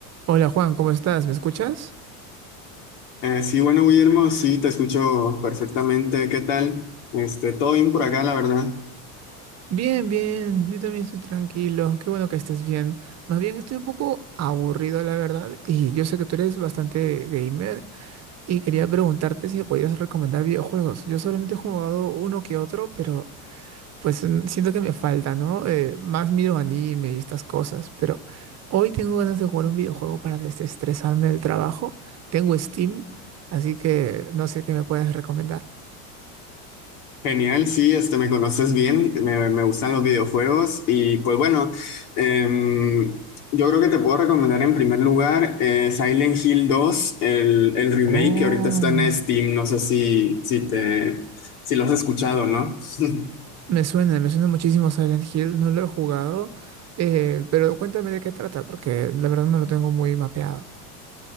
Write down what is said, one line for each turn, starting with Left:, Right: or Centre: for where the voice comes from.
Right: Hola Juan, ¿cómo estás? ¿Me escuchas?
Left: Eh, sí, bueno, Guillermo, sí, te escucho perfectamente. ¿Qué tal? Este, todo bien por acá, la verdad.
Right: Bien, bien, yo también estoy tranquilo, qué bueno que estés bien. Más bien estoy un poco aburrido, la verdad, y yo sé que tú eres bastante gamer y quería preguntarte si me podías recomendar videojuegos. Yo solamente he jugado uno que otro, pero pues mm, siento que me falta, ¿no? Eh, más miro anime y estas cosas, pero hoy tengo ganas de jugar un videojuego para desestresarme del trabajo. Tengo Steam, así que no sé qué me puedes recomendar.
Left: Genial, sí, este, me conoces bien, me, me gustan los videojuegos y pues bueno, em, yo creo que te puedo recomendar en primer lugar eh, Silent Hill dos, el, el remake
Right: Oh.
Left: que ahorita está en Steam, no sé si, si te, si lo has escuchado, ¿no? <laughs>
Right: Me suena, me suena muchísimo Silent Hill, no lo he jugado, eh, pero cuéntame de qué trata, porque la verdad no lo tengo muy mapeado.